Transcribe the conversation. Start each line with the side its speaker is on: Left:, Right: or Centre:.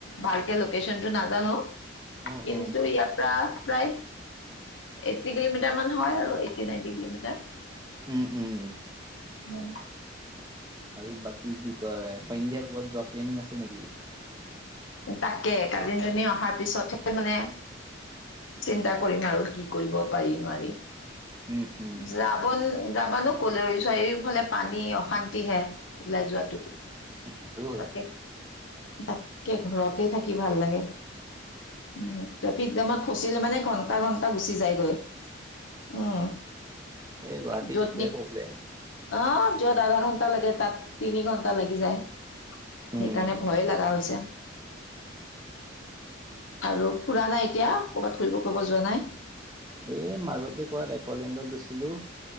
Left: ভালকে লোকেচনটো নাজানো।
Right: উম
Left: কিন্তু
Right: উম।
Left: ইয়াৰপৰা প্ৰায় এইটটি কিলোমিটাৰ মান হয় আৰু এই টি নাইনটি কিলোমিটাৰ।
Right: উম, উম।
Left: উম।
Right: আৰু বাকী কি কয়, সন্ধিয়া ক'ৰবাত জব প্লেনিং আছে নেকি?
Left: তাকে কাজিনজনী অহাৰ পিছতহে মানে চিন্তা কৰিম আৰু, কি কৰিব পাৰি নোৱাৰি।
Right: উম, উম।
Left: যাব যাবানো কলে, চাৰিওফালে পানী, অশান্তিহে ওলাই যোৱাটো।
Right: সেইটো হয়
Left: তাকে, তাতকে ঘৰতে থাকি ভাল লাগে। উ, ট্ৰেফিক জামত ফচিলে মানে ঘণ্টা ঘণ্টা গুচি যায়গৈ। উম,
Right: এই গুৱাহাটীত
Left: য'ত
Right: সেইটোৱে
Left: নি
Right: প্ৰব্লেম
Left: অ' য'ত আধা ঘণ্টা লাগে তাত তিনি ঘন্টা লাগি যায়। সেইকাৰণে
Right: উম
Left: ভয়ে লাগা হৈছে। আৰু ফুৰা নাই এতিয়া, কৰ'ৰবাত ফুৰিব কৰিব যোৱা নাই?
Right: এই মাজতে ক'ৰবাত একলেণ্ডত গৈছিলোঁ,